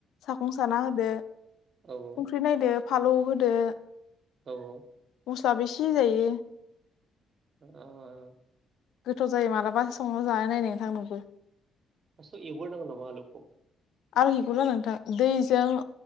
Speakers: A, on the left; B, on the right.
A: साखं साना होदो संख्रि
B: औ
A: नायदो फानलौ होदो
B: औ औ
A: मल्साबो एसे होजायो
B: अ-
A: गोथाव जायो मालाबा संनानै जानाय नाय नोंथां नोंबो
B: फारस्थआव एवग्रो नांगोन नामा आलुखौ
A: <inaudible> नोंथां दैजों